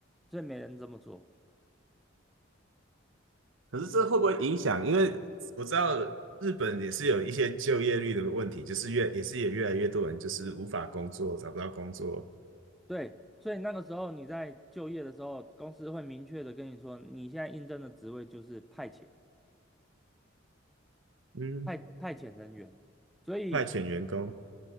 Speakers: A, in the centre; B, on the right.
A: 所以没人这么做。
B: <laughs>，可是这会不会影响？因为我知道日本也是有一些就业率的问题，就是越也是也越来越多人就是无法工作，找不到工作，
A: 对，所以那个时候你在就业的时候，公司会明确的跟你说，你现在应征的职位就是派遣。
B: 嗯，
A: 派派遣人员，所以
B: 派遣员工，